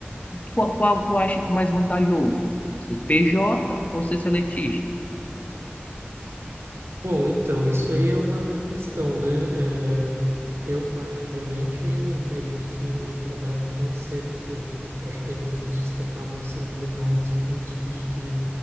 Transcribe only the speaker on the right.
Bom, então, isso aí é uma questão, né? É, eu, particularmente, acredito que trabalhar com CLT. Eu acho que tem muitas pessoas que acabam sendo enganadas por um discurso que